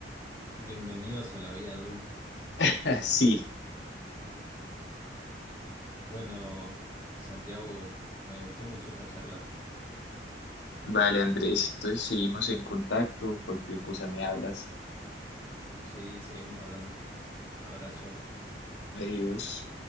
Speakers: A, on the right; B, on the left.
A: Bienvenidos a la vida adulta.
B: <laughs> Sí,
A: Bueno, Santiago, me gustó mucho esta charla.
B: vale, Andrés, entonces seguimos en contacto, cualquier cosa me hablas.
A: Sí, seguimos hablando. Abrazo.
B: Adiós.